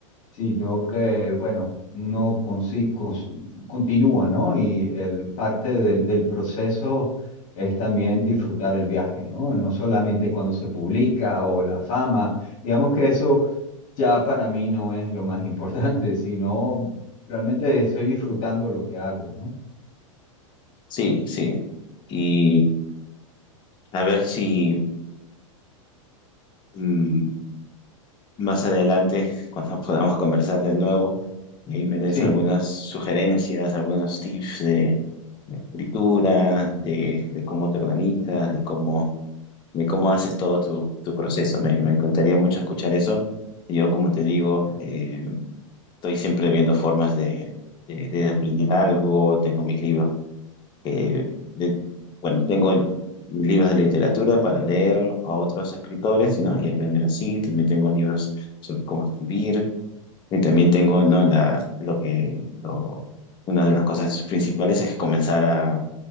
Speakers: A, on the left; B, on the left.
A: sino que, bueno, uno consi- cons- continúa, ¿no? Y el parte del, del proceso es también disfrutar el viaje, ¿no? No solamente cuando se publica o la fama, digamos que eso ya para mí no es lo más importante, sino Realmente estoy disfrutando lo que hago, ¿no?
B: Sí, sí. Y a ver si mm, más adelante, <laughs> cuando podamos conversar de nuevo, ahí me des
A: Sí,
B: algunas sugerencias, algunos tips de... de escritura, de, de cómo te organizas, de cómo de cómo haces todo tu, tu proceso. Me, me encantaría mucho escuchar eso. Yo, como te digo, eh, estoy siempre viendo formas de, de, de aprender algo. Tengo mis libros que, de- bueno, tengo el- mis libros de literatura para leer a otros escritores, ¿no? Y aprender así. También tengo libros sobre cómo escribir. Y también tengo, ¿no? La, lo que, lo- una de las cosas principales es comenzar a